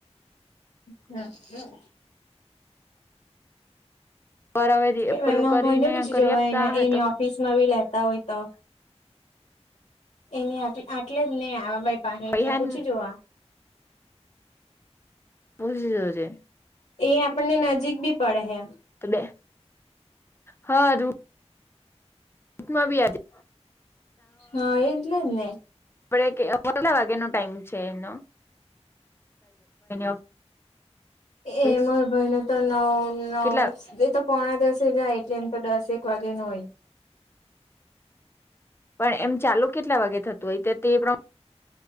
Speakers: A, on the left; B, on the left.
A: હમ્મ હમ્મ.
B: પર હવે
A: કે
B: પેલું
A: એમ
B: કરીને
A: ભય ને પૂછી
B: કરી
A: જોવાય
B: આપતા
A: એના
B: હે
A: એની
B: તો
A: ઓફિસ નવી લેતા હોય તો એની આટલે જ નહી આવે. પાની એટલે
B: પૈહાન
A: પૂછી જોવા
B: પુછી જોજે
A: એ આપણને નજીક બી પડે હે.
B: તું બે હારુ માં ભી આલી
A: હા એટલે જ ને
B: આપડ કે કેટલા વાગ્યા નો ટાઈમ છે એનો <unintelligible> ઓફિસ
A: એ માર ભાઈનો તો નવ
B: કેટલા
A: નવ એ તો પોણા દસે જાય એટલે એમ તો દસક વાગે નો હોય.
B: પણ એમ ચાલો કેટલા વાગે થતું હોય તે પ્રમા